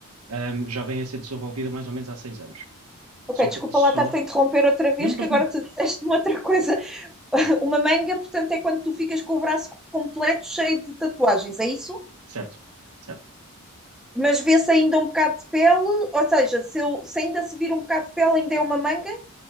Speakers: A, on the right; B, in the centre.
A: ahm, já vem a ser desenvolvida mais ou menos há seis anos.
B: Ok,
A: Só
B: desculpa
A: que, só
B: lá estar-te a interromper outra vez,
A: Não lhe
B: que
A: faz
B: agora
A: mal.
B: tu disseste-me outra coisa. <laughs> Uma manga, portanto, é quando tu ficas com o braço completo cheio de tatuagens, é isso?
A: Certo, certo.
B: Mas vê-se ainda um bocado de pele, ou seja, se, eu- se ainda se vir um bocado de pele, ainda é uma manga?